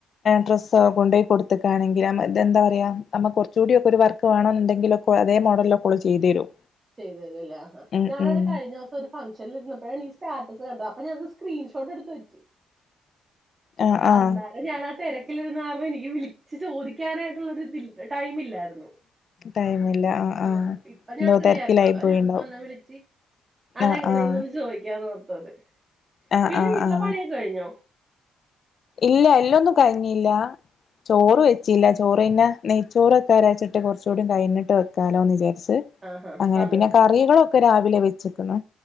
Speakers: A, on the left; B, on the right.
A: ഡ്രസ്സ് കൊണ്ടു പോയി കൊടുക്കയാണെങ്കിൽ എന്താ പറയാ നമ്മ കുറച്ചുകൂടൊക്കെ ഒരു വർക്ക് വേണെന്നുണ്ടെങ്കിലൊ അതേ മോഡലിലക്കെള്ള ചെയ്തു തരും
B: ചെയ്തുതരല്ലേഹ
A: ഉം
B: ഞാനവിടെ
A: ഉം
B: കഴിഞ്ഞസം ഒരു ഫംഗ്ഷനിൽ ഇരുന്നപ്പോഴാണ് ഈ സ്റ്റാറ്റസ് കണ്ടത് അപ്പൊ ഞാനൊരു സ്ക്രീൻഷോട്ട് എടുത്ത് വെച്ചു
A: ആഹ്
B: അപ്പൊ
A: ആഹ്
B: അന്നാല ഞാാനാ തിരക്ക ി എനിക്ക് വിളിച്ച് ചോദിക്കാനായിട്ടുള്ളരു ടൈം ഇില്ലായിരുന്നു
A: ടൈമില്ല ആഹ്
B: ആ
A: ആഹ്
B: ഇപ്പൊ ഞാൻ
A: എന്തോ
B: ഫ്രീ
A: തിരക്കിലായി
B: ആയിരുന്നു അത
A: പോയിണ്ടാവും
B: ഞാനിപ്പോ എന്നാ വിളിച്ചച്ച് അത
A: ആഹ്
B: എങ്ങനെൊന്ന്
A: ആഹ്
B: ചോദിക്കാന്ന്ോഓർത്തത്
A: ആഹ്
B: പിന്നെ
A: ആഹ്
B: വീട്ടിലെ
A: ആഹ്
B: പണിയൊക്കെ കഴിഞ്ഞോ
A: ഇല്ല എല്ലൊന്നും കഴിഞ്ഞില്ല ചോറ്
B: ഉം
A: വെച്ചല്ല ചോറ്ന്നെ നെയ്ച്ചോൊക്കാര അച്ചിട്ട് കുറച്ചൂടി കഴഞ്ഞിട്ട് വെക്കാലോ എന്ന്ചരിച്ചു
B: ആഹാ
A: അങ്ങനെ
B: സമയമുണ്ടല്ലോ
A: പിന്നെ കറികള ഒക്കെ രാവിലെ വെച്ചക്കുന്നു